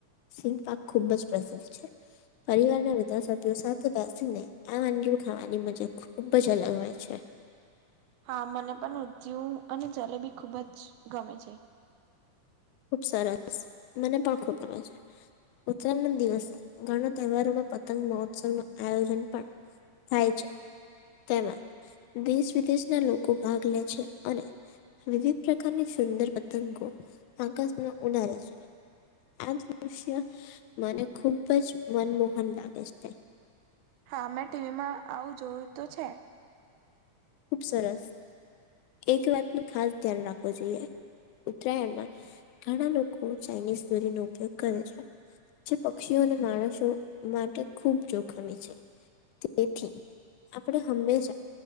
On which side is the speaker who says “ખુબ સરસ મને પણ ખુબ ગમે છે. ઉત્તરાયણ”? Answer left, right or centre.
Left